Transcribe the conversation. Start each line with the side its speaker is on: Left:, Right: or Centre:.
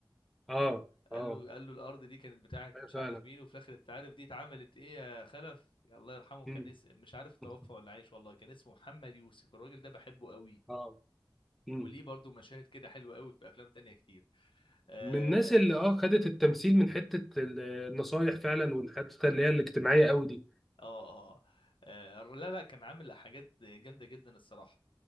Centre: اه
Left: قال
Centre: اه
Left: له قال له الارض دي كانت بتاعت
Centre: أيوة
Left: مش
Centre: فعلا
Left: عارف مين وفي الاخر انت عارف دي اتعملت ايه يا خلف يا الله يرحمه كان
Centre: مم.
Left: اسم مش عارف توفى
Centre: <laughs>
Left: ولا عايش والله كان اسمه محمد يوسف الراجل ده بحبه قوي
Centre: اه مم.
Left: وليه برضو مشاهد كده حلوه قوي في افلام تانية كتير اه
Centre: من الناس اللي اه خدت التمثيل من حتة ال- النصايح فعلا والحتة اللي هي الاجتماعية قوي دي
Left: اه, آه. آه، لا لا كان عامل حاجات جامده جدا الصراحه